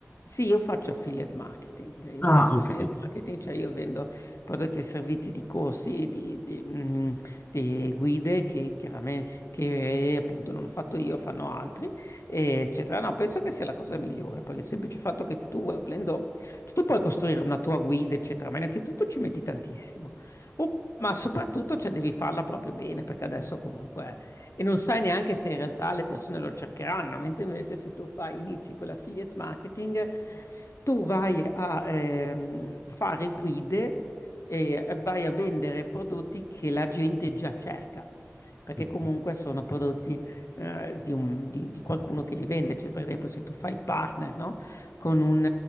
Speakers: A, on the left; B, on the left.
A: Sì, io faccio affiliate marketing, io
B: Ah,
A: faccio
B: ok.
A: affiliate marketing, cioè io vendo prodotti e servizi di corsi, di, di, mm, di guide che chiaramente che appunto non ho fatto io, fanno altri, eh, eccetera. No, penso che sia la cosa migliore, perché il semplice fatto che tu volendo, cioè tu puoi costruire una tua guida, eccetera, ma innanzitutto ci metti tantissimo, O- ma soprattutto cioè, devi farla proprio bene, perché adesso comunque e non sai neanche se in realtà le persone lo cercheranno, mentre invece se tu fai, inizi con l'affiliate marketing, tu vai a ehm, fare guide e vai a vendere prodotti che la gente già cerca. Perché
B: Mhm.
A: comunque sono prodotti eh, di, un- di- di qualcuno che li vende. Cioè, per esempio, se tu fai partner, no? Con un,